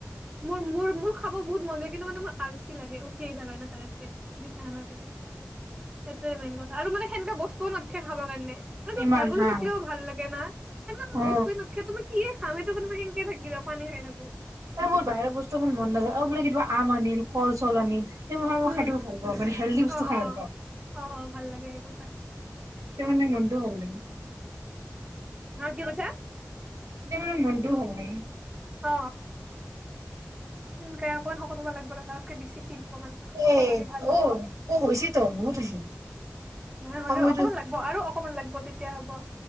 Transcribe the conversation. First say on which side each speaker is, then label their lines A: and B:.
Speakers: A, on the right; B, on the right.
A: মোৰ মোৰ মোৰ খাব বহুত মন যায় কিন্তু মানে মোৰ আলচি লাগে উঠি আহিবা কাৰণে তাৰে পৰাই বিছনাখনৰ বাহিৰে সেইটোয়ে মেইন কথা আৰু মানে সেনেকা বস্তু টো নাথখে খাবা কাৰণে মানে তোৰ
B: ইমান
A: ভাল বস্তু
B: হা
A: থাকিলেও ভাল লাগে না সেনেকোৱা
B: অ
A: বস্তুৱে নাথকে তুমি কিহে খাম এইটো মানে সেনকে থাকি যা পানী খাই থাকো
B: এ মোৰ বাহিৰৰ বস্তু ইমান নাযায় অ বোলে কিবা আ অনিল কলচল অনিল সেই ম মই
A: উম
B: খাই দ ভাল পাওঁ মানে হেল্ডি বস্তু
A: অ
B: খাই
A: অ
B: ভাল পাওঁ।
A: অ অ ভাল লাগে সেইবোৰ খাই
B: তেৰ মানে মটো ভাল লাগিল
A: অ কি কৈছা
B: এ মানে মটো ভাল ‌নাই।
A: অ অ সকে অকণ সকলোবাল লাগে বতকে বেছি ক্ষীণ অকমান শকত
B: এ
A: হ'লে ভাল
B: ত
A: হ'ব
B: ত হৈছে ত মহুত হৈছে
A: নহয় হ'লেও
B: সময়ত
A: অকমান লাগব আৰু অকমান লাগিব তেতিয়া হ'ব